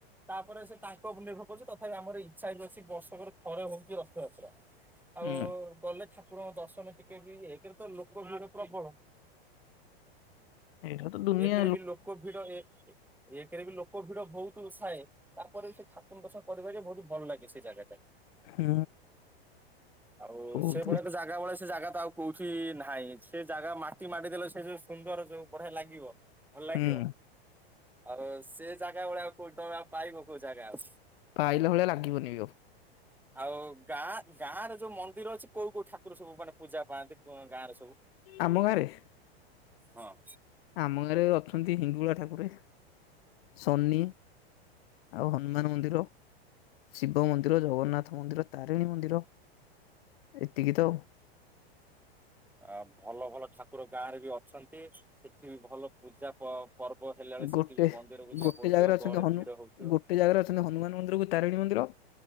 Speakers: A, in the centre; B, on the left (about 65°).
A: ତାପରେ ସେ ତାଙ୍କ ଉପରେ ନିର୍ଭର କରୁଛି ତଥାପି ଆମର ଇଛା ହେଇ ଅଛି ବର୍ଷକରେ ଥରେ ହଉଛି ରଥଯାତ୍ରା। ଆଉ
B: ହୁଁ
A: ଗଲେ ଠାକୁରଙ୍କ ଦର୍ଶନ ଟିକେ ବି ହେଇକରେ ତ ଲୋକ ଭିଡ ପ୍ରବଳ।
B: ଏଇଟା ତ ଦୁନିଆ
A: ଏକରେ ବି ଲୋକ ଭିଡ଼ ଏ କରେ ବି ଲୋକ ଭିଡ ବହୁତ ଥାଏ ତାପରେ ବି ସେ ଠାକୁର ଦସା କରିବା ଯେ ବହୁତ ଭଲ ଲାଗେ ସେ ଜାଗାଟା।
B: ହୁଁ।
A: ଆଉ
B: ବହୁତ
A: ସେ ଭଳିଆ ଜାଗା ବଳିଳେ ସେ ଜାଗା ତ ଆଉ କୋଉଠି ନାହିଁ ସେ ଜାଗା ମାଟି ମାଡି ଦେଲେ ସେ ଯୋଉ ସୁନ୍ଦର ଯୋଉ ବଢିଆ ଲାଗିବ। ଭଲ ଲାଗିବ
B: ହୁଁ।
A: ଆଉ ସେ ଜାଗା ଭଳିଆଉ କୋଉ ଟଙ୍କାଉ ପାଇବ କୋଉ ଜାଗା ଆଉ?
B: ପାଇଲା ଭଳିଆ ଲାଗିବନି ଆଉ।
A: ଆଉ ଗାଁ ଗାଁ ରେ ଯୋଉ ମନ୍ଦିର ଅଛି କୋଉ କୋଉ ଠାକୁର ସବୁ ମାନେ ପୂଜା ପାଆନ୍ତି ଗାଁ ରେ ସବୁ?
B: ଆମ ଗାଁରେ?
A: ହଁ।
B: ଆମ ଗାଁରେ ଅଛନ୍ତି ହିଙ୍ଗୁଳା ଠାକୁରେ, ସନି, ଆଉ ହନୁମାନ ମନ୍ଦିର। ଶିବ ମନ୍ଦିର, ଜଗନ୍ନାଥ ମନ୍ଦିର, ତାରିଣୀ ମନ୍ଦିର ଏତିକି ତ ଆଉ।
A: ଅ ଭଲ ଭଲ ଠାକୁର ଗାଁ ରେ ବି ଅଛନ୍ତି ସେଠି ବି ଭଲ ପୂଜା। ପର୍ବ ହେଲା ବେଳେ ସେଠି
B: ଗୋଟେ
A: ବି ମନ୍ଦିରକୁ ଯାହା
B: ଗୋଟେ
A: ପଡୁଥିବ
B: ଜାଗାରେ ଅଛନ୍ତି
A: ଗହଳି
B: ହନୁ
A: ଭିର ହଉଥିବ।
B: ଗୋଟେ ଜାଗାରେ ହନୁମାନ ମନ୍ଦିରକୁ ତାରିଣୀ ମନ୍ଦିର